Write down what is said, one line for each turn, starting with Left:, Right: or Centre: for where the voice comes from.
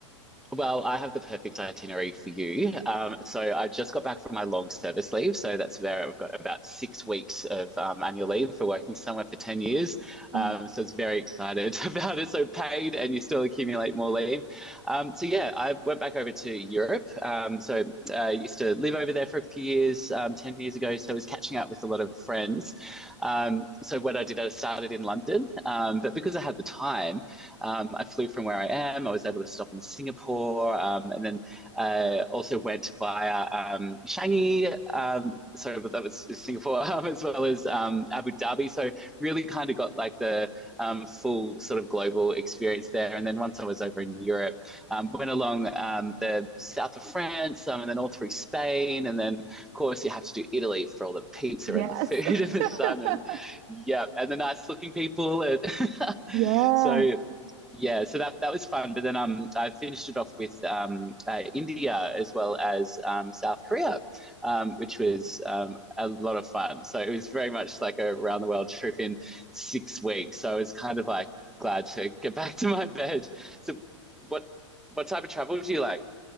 Centre: Well, I have the perfect itinerary for you. Um, so I just got back from my long service leave. So that's there. I've got about six weeks of um, annual leave for working somewhere for 10 years.
Right: Oh,
Centre: Um,
Right: wow.
Centre: so it's very excited <laughs> about it. So paid and you still accumulate more leave. Um, so yeah, I went back over to Europe. Um, so uh, I used to live over there for a few years, um, 10 years ago. So I was catching up with a lot of friends. Um, so what I did, I started in London. Um, but because I had the time, Um, I flew from where I am. I was able to stop in Singapore, um, and then uh, also went via um, Changi. Um, so that was Singapore <laughs> um, as well as um, Abu Dhabi. So really kind of got like the um, full sort of global experience there. And then once I was over in Europe, um, went along um, the south of France, um, and then all through Spain, and then of course you have to do Italy for all the pizza
Right: Yes.
Centre: and the food <laughs> and the
Right: <laughs>
Centre: sun and yeah, and the nice looking people. And <laughs>
Right: Yeah.
Centre: so yeah, so that that was fun. But then um, I finished it off with um, uh, India as well as um, South Korea, um, which was um, a lot of fun. So it was very much like a round the world trip in six weeks. So I was kind of like glad to get <laughs> back to my bed. So what what type of travel do you like?